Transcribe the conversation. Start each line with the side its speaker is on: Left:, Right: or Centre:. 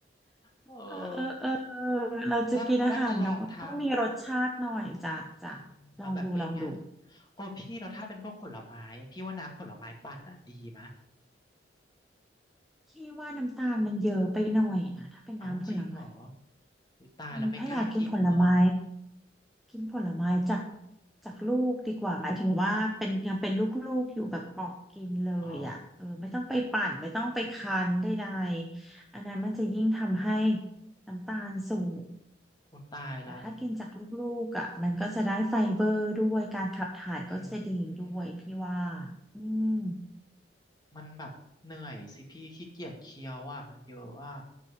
Left: เออ
Centre: เออเออเออเออเราจะกินอาหารเนาะก็ต้องมีรสชาติหน่อยจ้ะจ้ะลองดูลองดู
Left: ว่าว่าจะลองทำอืมเอาแบบง่ายๆโอ้พี่เราถ้าเป็นพวกผลไม้พี่ว่าน้ำผลไม้ปั่นอ่ะดีมะ
Centre: คิดว่าน้ำตาลมันเยอะไปหน่อยนะถ้าเป็นน้ำผลไม้
Left: เอาจริงเหรออุ๊ยตายแล้วไม่กล้ากินเลย
Centre: อืมถ้าอยากกินผลไม้กินผลไม้จากจากลูกดีกว่าหมายถึงว่าเป็นยังเป็นลูกๆอยู่แบบปอกกินเลยอ่ะเออไม่ต้องไปปั่นไม่ต้องไปคั้นใด
Left: อ๋อ
Centre: ๆอันนั้นมันจะยิ่งทำให้น้ำตาลสูง
Left: โอ้ตายละ
Centre: แต่ถ้ากินจากลูกๆอ่ะมันก็จะได้ไฟเบอร์ด้วยการขับถ่ายก็จะดีด้วยพี่ว่า
Left: อืม
Centre: อืม
Left: มันแบบเหนื่อยสิพี่ขี้เกียจเคี้ยวอ่ะมันเยอะอ่ะ